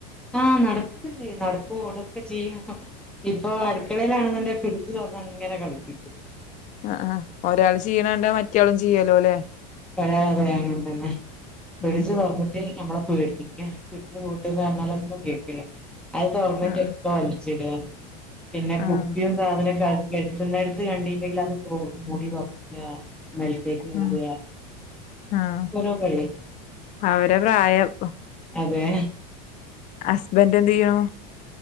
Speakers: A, in the centre; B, on the left (about 35°).
A: ആഹ് നടക്കുകൊക്കെ ചെയ്യും നടക്കും ഓടൊക്കെ ചെയ്യും ഇപ്പൊ അടുക്കളയിലാണെന്നുണ്ടെങ്കിൽ ഫ്രിഡ്ജ് തൊറന്ന അങ്ങനെ കളിക്കും
B: ആ ആ ഒരാള് ചെയ്യണണ്ട മറ്റേയാളും ചെയ്യാലോ അല്ലെ?
A: വരാതെയങ്ങനെ പിടിച്ചു
B: ഉം
A: തൊറന്നിട്ട് നമ്മളെ പേടിപ്പിക്ക ഇട്ട് പൂട്ട് പറഞ്ഞാലോന്നും കേൾക്കില്ല. അത് തുറന്നിട്ടൊക്കെ
B: ആഹ്
A: വലിച്ചിട പിന്നെ കുപ്പിയും
B: ആഹ്
A: സാധനൊക്കെ ആക്കി എത്തുന്നിടത്തു ത് കണ്ടില്ലെങ്കിൽ അത് മൂടി തുറക്ക നിലത്തേക്ക്
B: ഉം
A: ഇട
B: ആഹ്
A: ക്കൊരൊ <unintelligible>
B: അവരെ പ്രായം
A: അതെ
B: ഹസ്ബൻഡ് എന്ത് ചെയ്ണു?